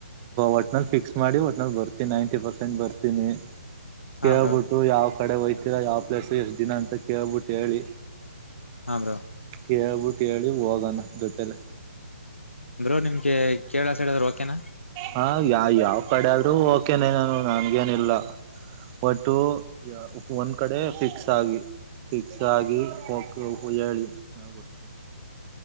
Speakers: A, on the right; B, on the left.
A: ಒಟ್ನಲ್ಲಿ ಫಿಕ್ಸ್ ಮಾಡಿ ಒಟ್ಟನಲ್ಲಿ ಬರ್ತೀನಿ ನೈಂಟಿ ಪರ್ಸೆಂಟ್ ಬರ್ತೀನಿ
B: ಹಾ
A: ಕೇಳ್ಬಿಟ್ಟು
B: ಬ್ರೋ
A: ಯಾವ ಕಡೆ ಹೋಯ್ತೀರ ಯಾವ್ ಪ್ಲೇಸ್ ಎಷ್ಟ್ ದಿನ ಅಂತ ಕೇಳ್ಬಿಟ್ಟು ಹೇಳಿ
B: ಹಾ ಬ್ರೋ
A: ಕೇಳ್ಬಿಟ್ಟು ಕಿ ಹೋಗಣ ಜೊತೆಲ್ಲ
B: ಅಂದೋ ನಿಮ್ಗೆ ಕೇಳ ಸೈಡ್ದ್ರರು ಓಕೆನಾ
A: ಹಾ ಯಾ ಯಾವ್ ಕಡೆ ಆದ್ರೂ ಓಕೆನೇನಾನನು ನನ್ಗೇನ ಇಲ್ಲ ಒಟ್ಟು ಒಂದ್ ಕಡೆ ಫಿಕ್ಸ್ ಆಗಿ ಫಿಕ್ಸ್ ಆಗಿ ಹಕ ಹೇಳಿ ನಡ್ತಿ